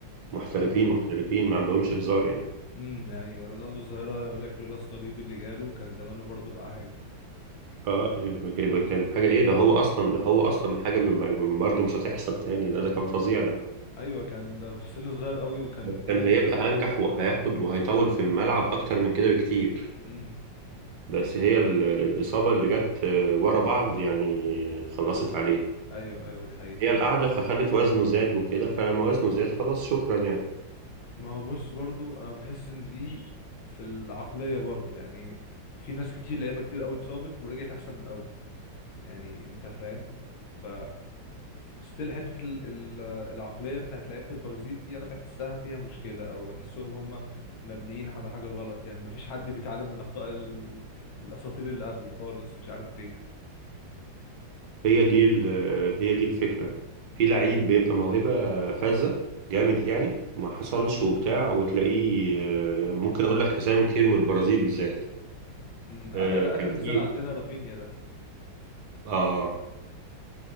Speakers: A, on the right; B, on the left.
A: محترفين
B: آه.
A: محترفين ما عندهمش هزار يعني
B: امم يعني رونالدو الظاهرة يقول لك لولا الصليب اللي جاله كان زمانه برضه بقى حاجة
A: اه كان كان حاجه ايه ده هو اصلا ده هو اصلا حاجه من من برضه مش هتحصل تاني ده ده كان فظيع ده
B: أيوه كان ده في سن صغير قوي وكان
A: ده
B: جايب
A: كان هيبقى انجح وهياخد وهيطول في الملعب اكتر من كده بكتير
B: امم
A: بس هي ال- الاصابه اللي جت آه، ورا بعض يعني خلصت عليه
B: أيوه أيوه دي حقيقة
A: هي القعده فخلت وزنه زاد وكده فلما وزنه زاد خلاص شكرا يعني
B: ما هو بص برضو انا بحس ان دي في العقلية برضو يعني في ناس كتير لعيبة كتير قوي اتصابت ورجعت احسن من الاول يعني انت فاهم ف ستيل حتة ال... ال... العقلية بتاعت لعيبة البرازيل دي انا بحسها فيها مشكلة او بحسهم هم مبنيين على حاجة غلط يعني ما فيش حد بيتعلم من اخطاء ال... الاساطير اللي قبله خالص مش عارف ليه
A: هي دي ال- هي دي الفكرة في لعيب بيبقى موهبة فذة جامد يعني ما حصلش وبتاع وتلاقيه آه، يعني ممكن اقول لك اسامي كتير من البرازيل بالذات
B: مم. اخر
A: آه،
B: اخر
A: كان
B: مثال
A: في
B: عندنا رافينيا ده
A: اه